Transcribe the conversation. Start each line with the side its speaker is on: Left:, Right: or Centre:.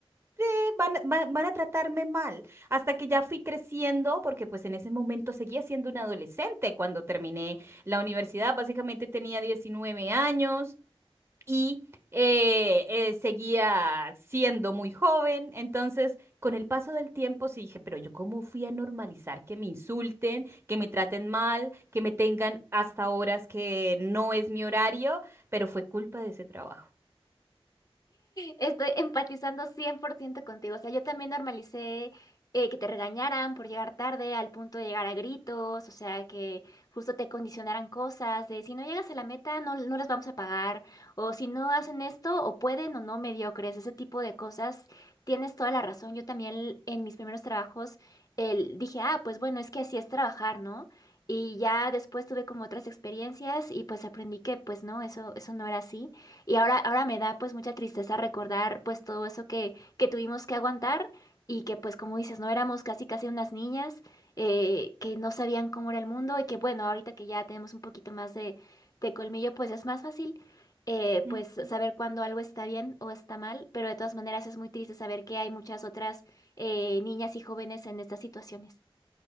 Right: eh, van, van- van a tratarme mal, hasta que ya fui creciendo, porque pues en ese momento seguía siendo una adolescente cuando terminé la universidad, básicamente tenía 19 años y eh, eh, seguía siendo muy joven. Entonces, con el paso del tiempo, sí dije, pero yo cómo fui a normalizar que me insulten, que me traten mal, que me tengan hasta horas que no es mi horario, pero fue culpa de ese trabajo.
Left: Estoy empatizando 100% contigo. O sea, yo también normalicé eh, que te regañaran por llegar tarde al punto de llegar a gritos, o sea, que justo te condicionaran cosas de si no llegas a la meta no, no les vamos a pagar, o si no hacen esto o pueden o no mediocres, ese tipo de cosas. Tienes toda la razón. Yo también en mis primeros trabajos el- dije, ah, pues bueno, es que así es trabajar, ¿no? Y ya después tuve como otras experiencias y pues aprendí que pues no, eso, eso no era así. Y ahora, ahora me da pues mucha tristeza recordar pues todo eso que, que tuvimos que aguantar y que pues como dices, no éramos casi casi unas niñas eh, que no sabían cómo era el mundo y que bueno, ahorita que ya tenemos un poquito más de, de colmillo, pues es más fácil eh,
Right: Ujú.
Left: pues saber cuándo algo está bien o está mal, pero de todas maneras es muy triste saber que hay muchas otras eh, niñas y jóvenes en estas situaciones.